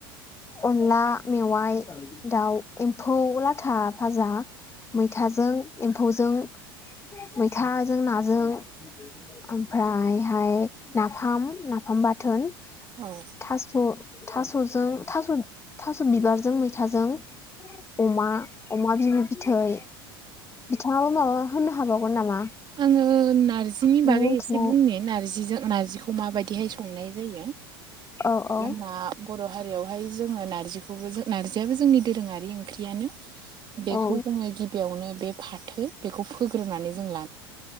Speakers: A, on the left; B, on the right.
A: अनला मेवाइ दाउ एम्फौ लाथा फाजा मैथाजों एम्फौजों मैथाजों नाजों ओमफ्राय ओमाय नाफाम नाफाम बाथोन।
B: औ।
A: थास' थास'जों थास' थास' बिबारजों मैथाजों अमा अमा बिबौ बिथै बिथाङाबो माबा होननो हाबावगोन नामा
B: आङो नार्जिनि
A: नों
B: बागै
A: मिथिनाय
B: एसे बुंनो नारजिजों नारजिखौ माबायदिहाय सं संनाय जायो
A: औ औ
B: जोंना बर' हारियावहाय जोङो नारजिखौबो नारजियाबो जोंनि दोरोङारि ओंख्रियानो । बेखौ
A: औ
B: जोङो गिबियावनो बे फाथो बेखौ फोग्रोनानै जोङो